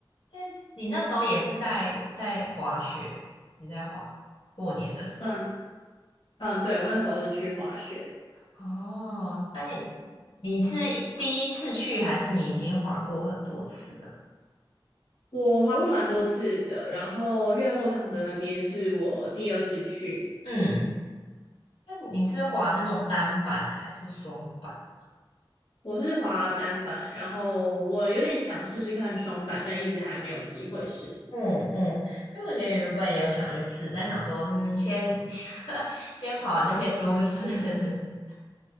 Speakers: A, on the left; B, on the left.
A: 但你那时候也是在在滑雪，你在滑过年的时候。
B: 嗯嗯，对，我那时候是去滑雪，
A: 哦，那你你是第一次去，还是你已经滑过很多次了？
B: 我滑过蛮多次的，然后越后汤泽那边是我第二次去。
A: 嗯，那你是滑那种单板还是双板？
B: 我是滑单板，然后我有点想试试看双板，但一直还没有机会试。
A: 嗯嗯，因为我觉得原本也有想要去试，但想说，嗯，先 <laughs> 先跑完那些都市。<laughs>